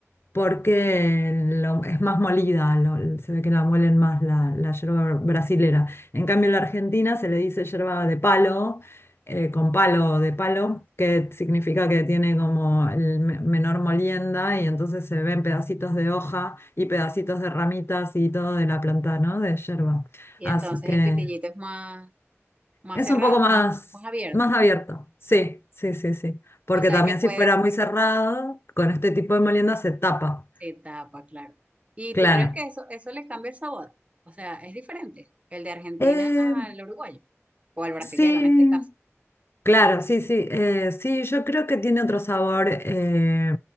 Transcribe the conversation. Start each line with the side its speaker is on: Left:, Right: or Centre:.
Left: porque lo- es más molida, lo- se ve que la muelen más la, la yerba brasilera. En cambio, en la Argentina se le dice yerba de palo, eh, con palo de palo, que significa que tiene como el me- menor molienda y entonces se ven pedacitos de hoja y pedacitos de ramitas y todo de la planta, ¿no? De yerba.
Right: Y
Left: Así
Right: entonces
Left: que
Right: el pitillito es más, más
Left: es
Right: cerrado,
Left: un poco más,
Right: más, más abierto.
Left: más abierto. Sí, sí, sí, sí. Porque
Right: O sea
Left: también
Right: que puede,
Left: si fuera muy cerrado, con este tipo de molienda se tapa.
Right: se tapa, claro. ¿Y
Left: Claro.
Right: tú crees que eso, eso le cambia el sabor? O sea, es diferente el de Argentina
Left: Eh,
Right: al uruguayo, o al brasilero
Left: sí,
Right: en este caso.
Left: claro, sí, sí. eh, sí, yo creo que tiene otro sabor. eh,